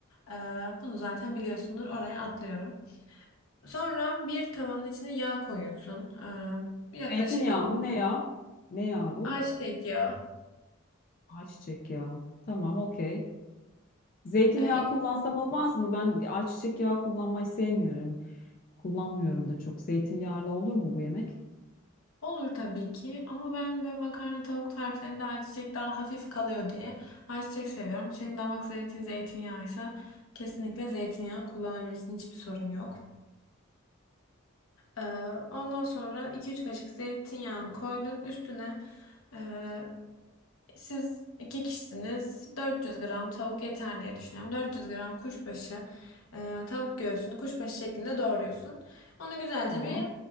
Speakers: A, on the left (about 80°); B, on the left (about 40°).
A: E, bunu zaten biliyorsundur oraya atlıyorum. Sonra bir tavanın içine yağ koyuyorsun. E, yaklaşık
B: Zeytinyağı
A: iki,
B: mı ne ya? Ne ya bu?
A: ayçiçek yağı.
B: Ayçiçek yağı. Tamam okey. Zeytinyağı
A: E, iki-
B: kullansam olmaz mı? Ben ayçiçek yağı kullanmayı sevmiyorum. Kullanmıyorum da çok. Zeytinyağlı olur mu bu yemek?
A: olur tabii ki ama ben böyle makarna tavuk tariflerinde ayçiçek daha hafif kalıyor diye ayçiçek seviyorum. Senin damak zevkin zeytinyağıysa kesinlikle zeytinyağı kullanabilirsin hiçbir sorun yok. Ee, ondan sonra iki üç kaşık zeytinyağını koydun üstüne. Ee, siz iki kişisiniz. 400 gram tavuk yeter diye düşünüyorum. 400 gram kuşbaşı, e, tavuk göğsünü kuşbaşı şeklinde doğruyorsun. Onu güzelce
B: Tamam.
A: bir